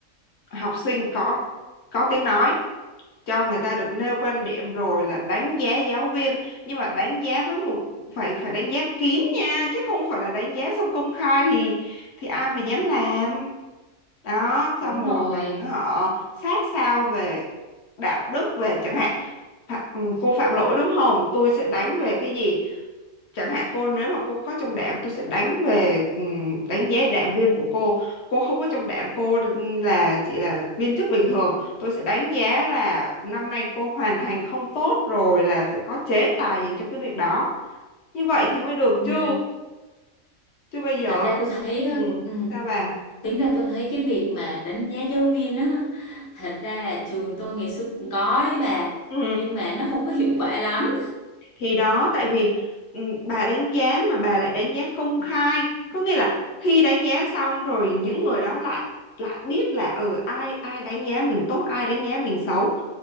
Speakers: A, on the left; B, on the left.
A: học sinh có có tiếng nói cho người ta được nêu quan điểm rồi là đánh giá giáo viên nhưng mà đánh giá với một phải phải đánh giá kín nha chứ không phải là đánh giá xong công khai thì thì ai mà dám làm đó xong
B: đúng
A: rồi
B: rồi
A: mình họ sát sao về đạo đức về chẳng hạn Phạ- ừ, cô phạm lỗi đúng không tôi sẽ đánh về cái gì chẳng hạn cô nếu mà cô có trong đảng tôi sẽ đánh về ừm, đánh giá đảng viên của cô cô không có trong đảng cô là chỉ là viên chức bình thường tôi sẽ đánh giá là năm nay cô hoàn thành không tốt rồi là sẽ có chế tài dành cho cái việc đó như vậy thì mới được
B: ừ.
A: chứ chứ bây giờ
B: thật ra tôi thấy
A: ừm,
B: ừ.
A: sao bà
B: Tính ra tôi thấy cái việc mà đánh giá giáo viên á, thật ra là trường tôi ngày xưa cũng có ấy bà,
A: Ừ,
B: nhưng mà nó không có hiệu quả lắm.
A: thì đó tại vì ừ, bà đánh giá mà bà lại đánh giá công khai có nghĩa là khi đánh giá xong rồi những người đó lại lại biết là ở ừ, ai ai đánh giá mình tốt ai đánh giá mình xấu